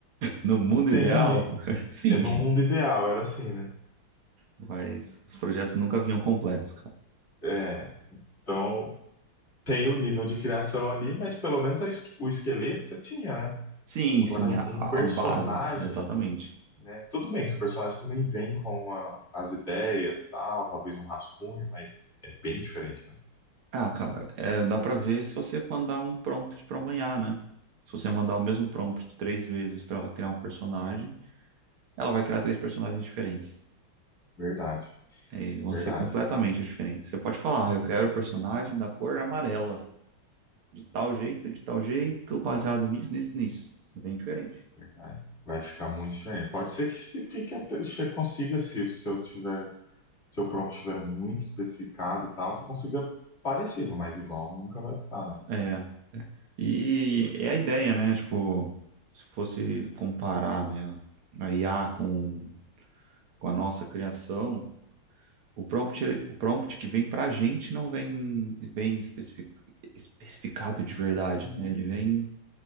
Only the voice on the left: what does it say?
Tem
o, ni-
é no mundo ideal, era assim, né?
É, então tem o nível de criação ali, mas pelo menos a esqui- o esqueleto você tinha, né?
Agora,
um
personagem
né? Tudo bem que o personagem também vem com a- as ideias, tal, talvez um rascunho, mas é bem diferente, né?
Verdade,
verdade,
verdade. Vai ficar muito diferente. Pode ser que se fique até, che- consiga, se, se eu tiver, se o prompt tiver muito especificado, e tal, você consiga parecido, mas igual nunca vai ficar, né?